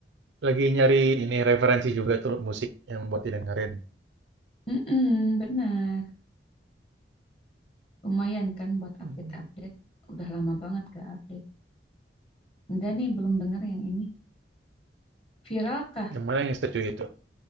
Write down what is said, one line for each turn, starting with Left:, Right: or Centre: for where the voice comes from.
Right: Lagi nyari ini referensi juga tuh musik yang buat didengerin.
Left: Mm-mm, benar. Lumayan kan buat
Right: Hmm.
Left: update-update. Udah lama banget gak update. Enggak nih, belum dengar yang ini. Viral kah?
Right: Yang mana yang setuju itu?